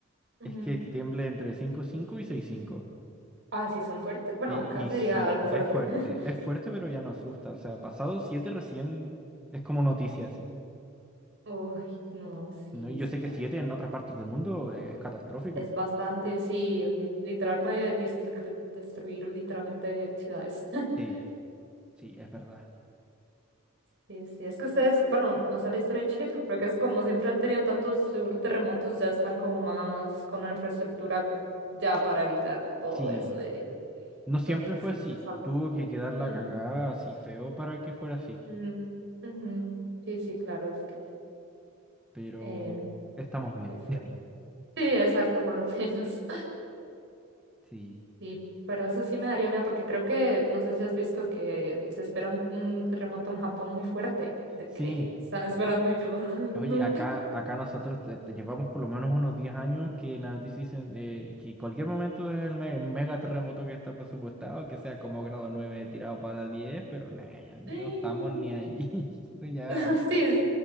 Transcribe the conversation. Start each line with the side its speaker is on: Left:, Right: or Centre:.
Right: Ujú.
Centre: es que tiemble entre cinco coma cinco y seis coma cinco
Right: Ah, sí, son fuertes. Bueno,
Centre: Y,
Right: acá
Centre: y
Right: sería
Centre: sí,
Right: algo fuerte.
Centre: es fuerte,
Right: <laughs>
Centre: es fuerte, pero ya no asusta. O sea, pasado 7 recién es como noticia, sí.
Right: Uy, no, sí,
Centre: No, y
Right: es
Centre: yo sé
Right: que
Centre: que siete en otras partes del mundo es catastrófico.
Right: es bastante, sí, li- literal puede dis- de- destruir literalmente ciudades. <laughs>
Centre: Sí, sí, es verdad.
Right: Sí, sí, es que ustedes, bueno, no sé la historia de Chile, pero creo que es como siempre han tenido tantos seguros terremotos, ya están como más con la infraestructura ya para evitar todo
Centre: Sí,
Right: eso de...
Centre: no
Right: Entonces
Centre: siempre fue
Right: sí,
Centre: así.
Right: se salvan.
Centre: Tuvo que quedar la
Right: Mm,
Centre: cagada así feo para que fuera así.
Right: mm, ujú. Sí, sí, claro, es que
Centre: Pero
Right: eh,
Centre: estamos bien.
Right: es fuerte. Sí, exacto, por lo <laughs> menos.
Centre: Sí,
Right: Sí, pero eso sí me daría miedo porque creo que, no sé si has visto que se espera un, un terremoto en Japón muy fuerte, de
Centre: sí.
Right: que están esperando y yo, <laughs> ay,
Centre: Oye,
Right: no.
Centre: acá, acá nosotros te- te llevamos por lo menos unos 10 años que la noticia dice eh, que cualquier momento es el me- mega terremoto que está presupuestado, que sea como grado 9 tirado para diez pero nada, ya no
Right: Sí.
Centre: estamos ni ahí. <laughs> Esto Ya.
Right: <laughs> Sí, es-